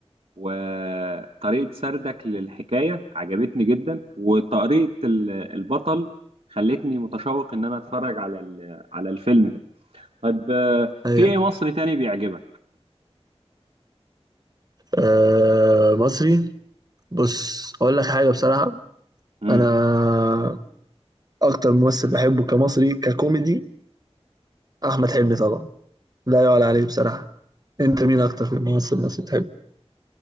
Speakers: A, on the right (about 75°); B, on the right (about 35°).
A: وطريقة سردك للحكاية عجبتني جدا وطريقة ال- البطل خلتني متشوق ان انا اتفرج على ال- على الفيلم ده طيب آه،
B: أيوه
A: في ايه مصري تاني بيعجبك
B: آه مصري بص أقول لك حاجة بصراحة
A: امم
B: انا اكتر ممثل بحبه كمصري ككوميدي احمد حلمي طبعا لا يعلى عليه بصراحه انت مين اكتر ممثل مصري بتحبه